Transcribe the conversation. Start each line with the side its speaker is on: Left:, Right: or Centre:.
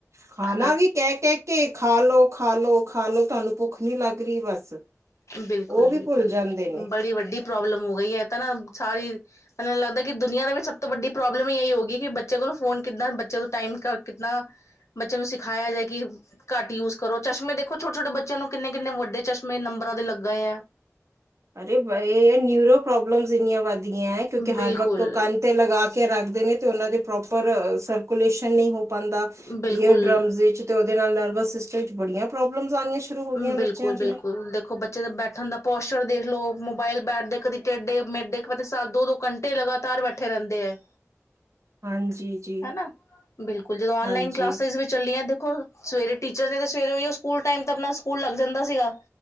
Right: ਖਾਨਾ
Left: ਹਨਾ।
Right: ਵੀ ਕੈ-ਕੈ ਕੇ, ਖਾ ਲੋ, ਖਾ ਲੋ ਖਾ ਲੋ ਤੁਆਨੂੰ ਭੁੱਖ ਨੀ ਲੱਗ ਰੀ ਬੱਸ
Left: ਬਿਲਕੁਲ
Right: ਓ ਵੀ
Left: ਬਿਲਕੁਲ
Right: ਭੁੱਲ ਜਾਂਦੇ ਨੇ।
Left: ਬੜੀ ਵੱਡੀ ਪ੍ਰੋਬਲਮ ਹੋਗੀ ਐ, ਤਾ ਨਾ ਸਾਰੀ ਮੈਨੈੂ ਲੱਗਦੈ ਕਿ ਦੁਨਿਆ ਦੇ ਵਿੱਚ ਸਭ ਤੋ ਵੱਡੀ ਪ੍ਰੋਬਲਮ ਏਈ ਹੋ ਗੀ ਕਿ ਬੱਚੇ ਕੋਲੋ ਫੋਨ ਕਿੱਦਾ, ਬੱਚੇ ਤੋ ਟਾਈਮ ਕ ਕਿਤਨਾ ਬੱਚਿਆ ਨੂੰ ਸਿਖਾਇਆ ਜਾਏ ਕਿ ਘੱਟ ਯੂਜ ਕਰੋ, ਚਸ਼ਮੇ ਦੇਖੋ ਛੋਟੇ-ਛੋਟੇ ਬਚ ਬੱਚਿਆ ਨੂੰ ਕਿੰਨੇ-ਕਿੰਨੇ ਵੱਡੇ ਚਸ਼ਮੇ ਨੰਬਰਾਂ ਦੇ ਲੱਗ ਗਏ ਐ।
Right: ਅਰੇ ਵਾਏ ਨਿਊਰੋ ਪ੍ਰੋਬਲਮਸ ਇੰਨੀਆਂ ਵੱਧ ਗਿਆਂ, ਕਿਉਕਿ ਹਰ
Left: ਬਿਲਕੁਲ
Right: ਵਕਤ ਓ ਕਨ ਤੇ ਲਗਾ ਕੇ ਰੱਖ ਦੇਨੇ, ਤੇ ਓਨਾਂ ਦੇ ਪ੍ਰੋਪਰ ਸਰਕੂਲੇਸ਼ਨ ਨਈ ਹੋ ਪਾਂਦਾ,
Left: ਬਿਲਕੁਲ
Right: ਈਅਰ ਡਰਮਸ ਵਿੱਚ ਤੇ ਓਦੇ ਨਾਲ ਨਰਵਸ ਸਿਸ ਵਿੱਚ ਬੜੀਆਂ ਪ੍ਰੋਬਲਮਸ ਆਨੀਆਂ ਸ਼ੁਰੂ ਹੋ ਗਿਆਂ ਬੱਚਿਆ
Left: ਬਿਲਕੁਲ ਬਿਲਕੁਲ
Right: ਦੀਆਂ
Left: ਦੇਖੋ ਬਚ ਬੱਚਯਾ ਦਾ ਬੈਠਨ ਦਾ ਪੋਸ਼ਚਰ ਦੇਖ ਲੋ, ਮੋਬਾਇਲ ਬੈਠਦੇ ਕਦੀ ਟੇਡੇ-ਮੇਡੇ, ਕਦੇ <unintelligible> ਦੋ-ਦੋ ਘੰਟੇ ਲਗਾ ਤਾਰ ਬੈਠੇ ਰਹਿੰਦੇ ਹੈ।
Right: <inaudible> ਜੀ
Left: ਹਨਾ ਬਿਲਕੁਲ, ਜਦੋਂ ਉਨ
Right: ਹਾਂਜੀ
Left: ਲਾਈਨ ਕਲਾਸ ਵਿਚ ਚੱਲੀਆਂ ਦੇਖੋ ਸਵੇਰੇ ਟੀਚਰ ਨੇ ਤੇ ਸਵੇਰੇ ਉਹੀ ਉਹ ਸਕੂਲ ਟਾਈਮ ਤੇ ਆਪਣਾ ਸਕੂਲ ਲੱਗ ਜਾਂਦਾ ਸੀਗਾ।